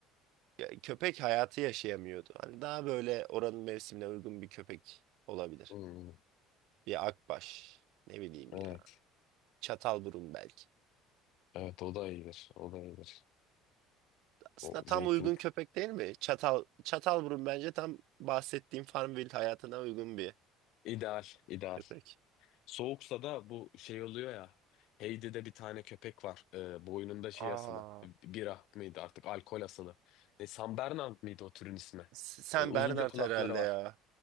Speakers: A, on the right (about 70°); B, on the left (about 65°).
A: Ya, Köpek hayatı yaşayamıyordu. Hani daha böyle oranın mevsimine uygun bir köpek olabilir.
B: Hmm.
A: Bir akbaş, ne bileyim
B: Evet.
A: ya. Çatalburun belki.
B: Evet o da iyidir. O da iyidir.
A: Aslında
B: O zeytin.
A: tam uygun köpek değil mi? Çatal Çatalburun bence tam bahsettiğim Farmville hayatına uygun bir
B: İdeal. ideal.
A: köpek.
B: Soğuksa da bu şey oluyor ya. Heidi'de bir tane köpek var. Ee, boynunda şey
A: Aa,
B: asılı. Bira mıydı artık alkol asılı. Ne, San Bernard mıydı o türün ismi?
A: S- sen
B: Böyle uzunca
A: Bernard
B: kulakları
A: herhalde
B: var.
A: ya.